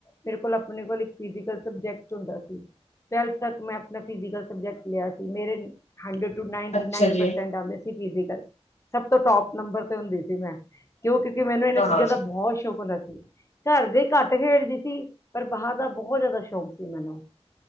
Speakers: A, on the left (about 25°); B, on the left (about 85°).
A: ਮੇਰੇ ਕੋਲ ਆਪਣੇ ਕੋਲ ਇੱਕ ਫਿਜ਼ਕਲ ਸਬਜੈਕਟ ਹੁੰਦਾ ਸੀ। ਟਵਲਥ ਤੱਕ ਮੈਂ ਆਪਣਾ ਫਿਜੀਕਲ ਸਬਜੈਕਟ ਲਿਆ ਸੀ। ਮੇਰੇ ਹੰਡਰਡ ਨੈਂਟੀਨਾਈਨ
B: ਅੱਛਾ ਜੀ।
A: ਪਰਸੈਂਟ ਆਉਂਦੇ ਸੀ ਫਿਜ਼ੀਕਲ ਚ ਸਭ ਤੋਂ ਟੋਪ ਨੰਬਰ ਤੇ ਹੁੰਦੀ ਸੀ। ਮੈਂ ਕਿਉਂਕ। ਮੈਨੂੰ ਇਹਨਾਂ
B: ਹਾਂਜੀ।
A: ਚੀਜ਼ਾਂ ਦਾ ਬਹੁਤ ਸ਼ੌਕ ਹੁੰਦਾ ਸੀ। ਘਰ ਦੇ ਘੱਟ ਖੇਡਦੀ ਸੀ ਪਰ ਬਾਹਰ ਦਾ ਬਹੁਤ ਜ਼ਿਆਦਾ ਸ਼ੌਕ ਸੀ ਮੈਨੂੰ।